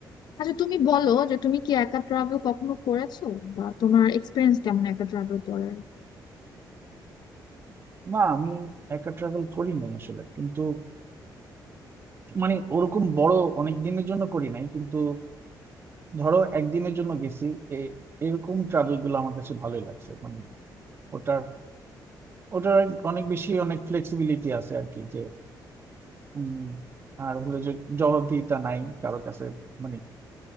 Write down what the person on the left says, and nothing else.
আচ্ছা তুমি বলো যে তুমি কি একা ট্রাভেল কখনো করেছো বা তোমার এক্সপিরিয়েন্স কেমন একা ট্রাভেল করার